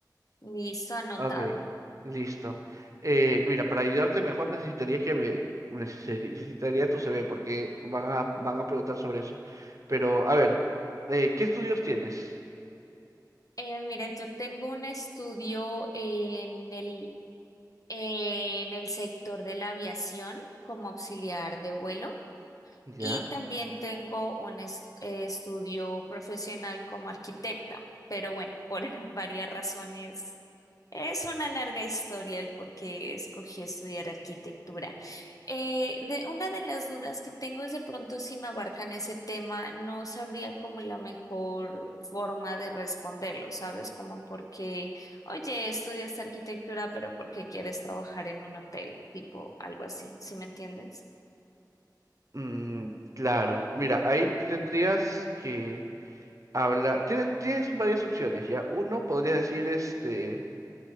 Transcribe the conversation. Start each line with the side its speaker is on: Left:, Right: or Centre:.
Left: Listo, anotado.
Right: Ok, listo. Eh, mira, para ayudarte mejor necesitaría que me necesari- necesitaría tu CV porque van a van a preguntar sobre eso. Pero a ver, eh, ¿qué estudios tienes?
Left: Eh, mira, yo tengo un estudio en el, en el sector de la aviación como auxiliar de vuelo.
Right: ¿Ya?
Left: Y también tengo un es- eh, estudio profesional como arquitecta, pero bueno, por <laughs> varias razones es una larga historia el por qué escogí estudiar arquitectura. Eh, de, una de las dudas que tengo es de pronto si me abarcan ese tema, no sabría como la mejor forma de responderlo, ¿sabes? Como porque, oye, estudias arquitectura, pero ¿por qué quieres trabajar en un hotel? Tipo algo así, ¿sí me entiendes?
Right: Mm, claro. Mira, ahí tendrías que hablar. Tienes tienes varias opciones, ¿ya? Uno podría decir este